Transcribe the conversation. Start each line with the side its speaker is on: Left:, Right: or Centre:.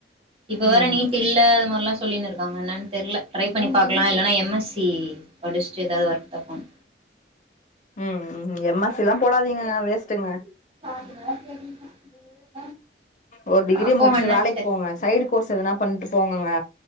Right: இப்ப வேற
Left: ம்
Right: நீட் இல்ல அது மாரிலா சொ சொல்லினு இருக்காங்க என்னன் தெர்ல ட்ரை பண்ணி பாக்கலா இல்லனா எம் எஸ் சி படிச்ட்டு எதாவ்து ஒர்க தா போனு
Left: உம் எம் எஸ் சி லா போடாதீங்க வேஸ்ட்டுங்க
Right: <inaudible>
Left: ஒரு டிகிரி
Right: பாப்போ
Left: முடுச்ட்டு
Right: என்னன்ட்டு
Left: வேலைக் போங்க சைடு கோர்ஸ் எதுனா பண்ட்டு போங்கங்க